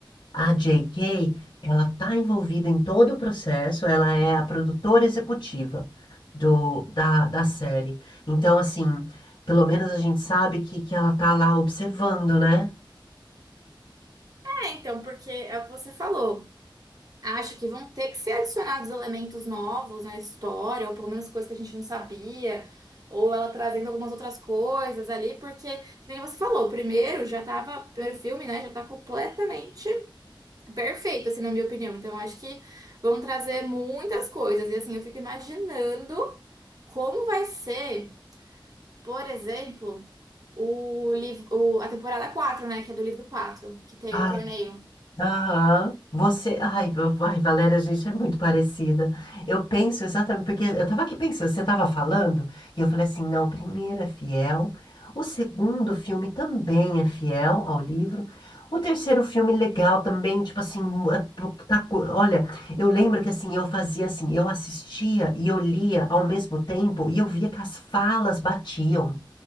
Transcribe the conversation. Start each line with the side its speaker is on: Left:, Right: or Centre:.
Left: a J.K., ela tá envolvida em todo o processo, ela é a produtora executiva do, da, da série. Então, assim, pelo menos a gente sabe que, que ela tá lá observando, né?
Right: É, então, porque é o que você falou. Acho que vão ter que ser adicionados elementos novos na história, ou pelo menos coisas que a gente não sabia, ou ela trazendo algumas outras coisas ali, porque, que nem você falou, o primeiro já tava, o primeiro filme, né, já tá completamente perfeito, assim, na minha opinião. Então, acho que vão trazer muitas coisas. E, assim, eu fico imaginando como vai ser, por exemplo, o livro, o- a temporada 4 né, que é do livro 4 que tem
Left: Ah,
Right: o torneio.
Left: Aham. Você. Ai, va- ai, Valéria, a gente é muito parecida. Eu penso exatamente, porque eu tava aqui pensando, você tava falando, e eu falei assim: não, o primeiro é fiel, o segundo filme também é fiel ao livro, o terceiro filme legal também, tipo assim, mu- é pro- tá co- olha, eu lembro que assim, eu fazia assim, eu assistia e eu lia ao mesmo tempo, e eu via que as falas batiam.